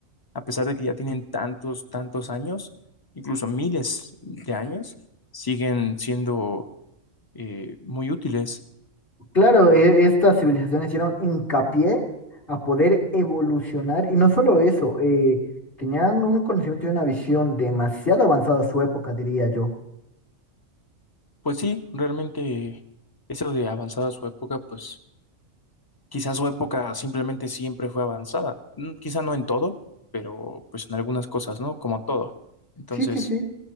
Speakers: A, on the left; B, on the left.
A: a pesar de que ya tienen tantos, tantos años, incluso miles de años, siguen siendo eh, muy útiles.
B: Claro, e- estas civilizaciones hicieron hincapié a poder evolucionar y no solo eso, eh, tenían un conocimiento y una visión demasiado avanzada a su época, diría yo.
A: Pues sí, realmente eso de avanzada su época, pues quizás su época simplemente siempre fue avanzada. Mm, Quizá no en todo, pero pues en algunas cosas, ¿no? Como todo. Entonces,
B: Sí, sí, sí.